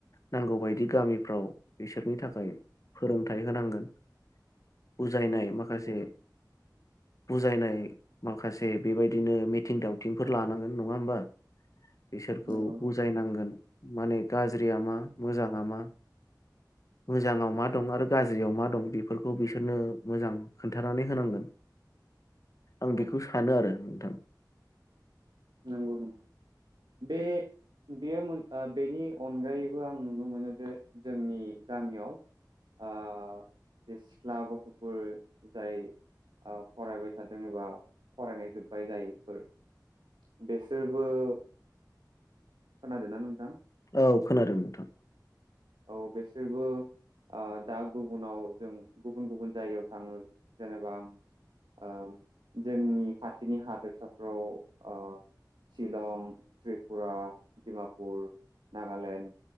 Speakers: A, on the left; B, on the right.
A: नांगौबायदि गामिफ्राव बिसोरनि थाखाय फोरोंथाइ होनांगोन। बुजायनाय
B: औ
A: माखासे
B: नंगौ
A: बुजायनाय माखासे बेबायदिनो मिथिं दावथिंफोर लानांगोन नङा होमबा बिसोरखौ
B: नंगौ
A: बुजायनांगोन माने गाज्रिया मा मोजाङा मा मोजाङाव मा दं आरो गाज्रियाव मा दं बेफोरखौ बिसोरनो मोजां खोन्थानानै होनांगोन आं
B: औ
A: बेखौ सानो आरो नोंथां
B: नंगौ नोंथां बे बेयो मोन बेनि अनगायैबो आं नुनो मोनो जे जोंनि गामियाव ओ जे सिख्ला गथ'फोर जाय ओ फरायबाय थादों एबा फरायनाय जोब्बाय जायोफोर बेसोरबो खोनादोंना नोंथां
A: औ खोनादों नोंथां
B: औ बेसोरबो आ दा गुबुनाव जों गुबुन गुबुन जायगायाव थाङो जेनेबा ओ जोंनि खाथिनि ओ हादोरसाफोराव शिलं, त्रिपुरा, डमापुर, नागालेण्ड